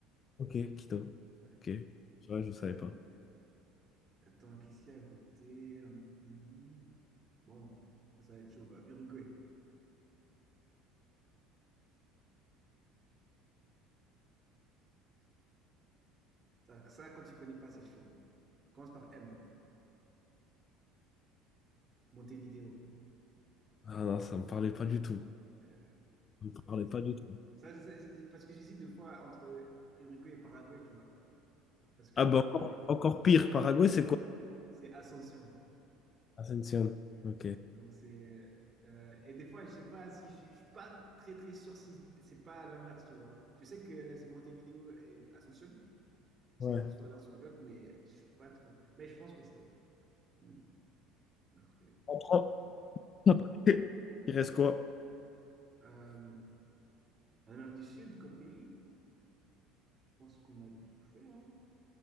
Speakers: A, on the left (about 40°); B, on the right (about 35°).
A: Ok, Quito.
B: Ouais.
A: Ok. Tu vois, je savais
B: Euh,
A: pas.
B: attends, qu'est-ce qu'il y a à côté? Un autre pays? Bon, ça, ça va être chaud. bah, Uruguay. Ça, ça, quand tu connais pas, c'est chaud. Commence par M. Montevideo.
A: Ah non, ça me parlait pas du tout.
B: Euh,
A: Ça
B: c'est-
A: me parlait pas du tout.
B: ça, c'est- c'est- parce que j'hésite deux fois entre Uruguay et Paraguay, tu vois. Parce que
A: Ah bah encore, encore pire, Paraguay, c'est quoi?
B: c'est Ascension.
A: Ascension.
B: Ouais.
A: Ok.
B: Donc c'est euh, et des fois je sais pas si je, je suis pas très très sûr si c'est pas à l'inverse tu vois. Je sais que c'est Montevideo et Ascension, c'est
A: Ouais.
B: soit l'un soit l'autre mais je suis pas trop. Mais je pense que c'est bon. Mm. Après,
A: On prend. <laughs> Il reste quoi?
B: euh, en Amérique du Sud comme pays, je pense qu'on a tout fait hein.